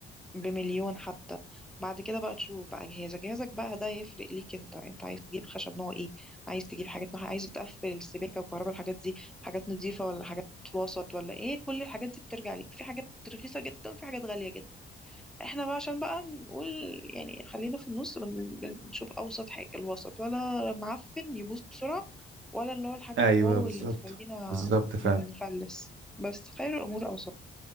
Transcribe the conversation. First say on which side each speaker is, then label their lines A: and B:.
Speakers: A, in the centre; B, on the right.
A: بمليون حتى بعد كده بقى تشوف بقى جهازك جهازك بقى ده يفرق ليك انت انت عايز تجيب خشب نوع ايه عايز تجيب حاجات نوع إيه؟ عايز تقفل السباكة والكهرباء الحاجات دي حاجات نظيفة ولا حاجات وسط ولا ايه كل الحاجات دي بترجع ليك في حاجات رخيصة جدا وفي حاجات غالية جدا احنا بقى عشان بقى نقول يعني خلينا في النص بن- بنشوف اوسط حاجه الوسط ولا معفن يبوظ بسرعه ولا اللي هو الحاجه
B: ايوه
A: الواو
B: بالظبط
A: اللي تخلينا
B: بالظبط فعلا
A: نفلس بس خير الامور اوسط